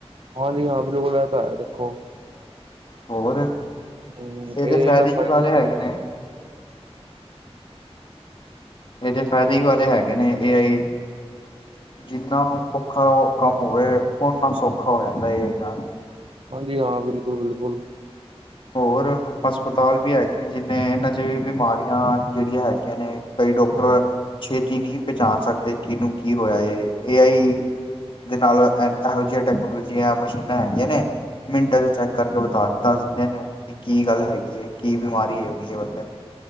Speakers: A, on the right; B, on the left.
A: ਹਾਂਜੀ ਹਾਂ ਬਿਲਕੁਲ ਐ ਤਾਂ ਹੈ ਦੇਖੋ।
B: ਹੋਰ,
A: ਹੂੰ
B: ਇਹਦੇ
A: ਇਹ
B: ਫਾਇਦੇ
A: ਦਾ
B: ਹੀ
A: ਫਾਇਦਾ
B: ਵਾਲੇ ਹੈਗੇ ਨੇ। ਇਹਦੇ ਫਾਇਦੇ ਹੀ ਵਾਲੇ ਹੈਗੇ ਨੇ ਏ ਆਈ ਜਿੰਨਾ ਔਖਾ ਉਹ ਕੰਮ ਹੋਵੇ। ਉਨਾ ਸੌਖਾ ਹੋ ਜਾਂਦਾ ਏ ਆਈ ਨਾਲ
A: ਹਾਂਜੀ ਹਾਂ ਬਿਲਕੁਲ-ਬਿਲਕੁਲ।
B: ਹੋਰ ਹਸਪਤਾਲ ਵੀ ਹੈਗੇ ਨੇ‌। ਜਿੰਨੇ ਇਹਨਾਂ 'ਚ ਬਿਮਾਰੀਆਂ ਜਿਹੜੀਆਂ ਹੈਗੀਆ ਨੇ। ਕਈ ਡਾਕਟਰ ਛੇਤੀ ਨਹੀਂ ਪਹਿਚਾਣ ਸਕਦੇ, ਕਿਨੂੰ ਕੀ ਹੋਇਆ ਹੈ। ਏ ਆਈ ਦੇ ਨਾਲ ਇ ਇਹੋ ਜਿਹੀਆਂ ਟੈਕਨੋਲੋਜੀਆਂ ਮਸ਼ੀਨਾਂ ਹੈਗੀਆਂ ਨੇ। ਮਿੰਟਾਂ 'ਚ ਚੈੱਕ ਕਰਕੇ ਬਤਾ ਦੱਸ ਦਿੰਦੇ ਨੇ, ਕਿ ਕੀ ਗੱਲ ਹੈਗੀ ਹੈ ਕੀ ਬਿਮਾਰੀ ਹੈਗੀ ਹੈ ਬੰਦੇ ਨੂੰ।